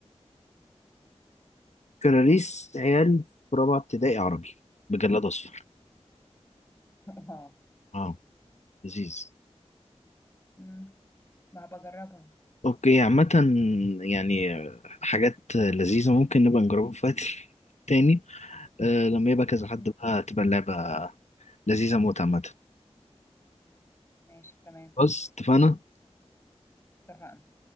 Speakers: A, on the left; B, on the left.
A: كراريس عيال في رابعة ابتدائي عربي بجلاد اصفر
B: <laughs> واو
A: اه لذيذ
B: مم. ما بجربها
A: اوكي عامة يعني حاجات لذيذة ممكن نبقى نجربها في وقت تاني آه لما يبقى كذا حد
B: مم.
A: بقى تبقى اللعبة لذيذة موت عامة
B: ماشي تمام
A: بص اتفقنا
B: اتفقنا